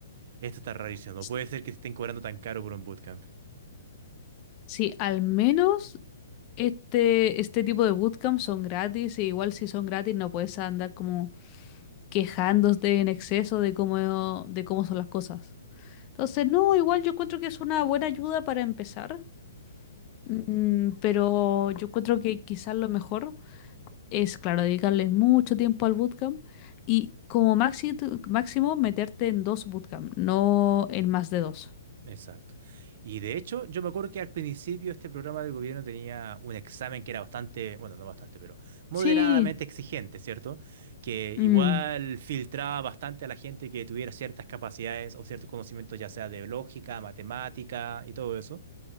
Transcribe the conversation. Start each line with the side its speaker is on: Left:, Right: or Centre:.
Right: esto está rarísimo, no
Left: S-
Right: puede ser que te estén cobrando tan caro por un bootcamp.
Left: Sí, al menos este, este tipo de bootcamp son gratis, e igual si son gratis no puedes andar como quejándose en exceso de cómo, de cómo son las cosas. Entonces, no, igual yo encuentro que es una buena ayuda para empezar, mm, pero yo encuentro que quizás lo mejor es, claro, dedicarle mucho tiempo al bootcamp y como maxi- máximo meterte en dos bootcamp, no en más de dos.
Right: Exacto. Y de hecho, yo me acuerdo que al principio este programa del gobierno tenía un examen que era bastante, bueno, no bastante, pero moderadamente
Left: Sí,
Right: exigente, ¿cierto? Que
Left: mm.
Right: igual filtraba bastante a la gente que tuviera ciertas capacidades o ciertos conocimientos, ya sea de lógica, matemática y todo eso.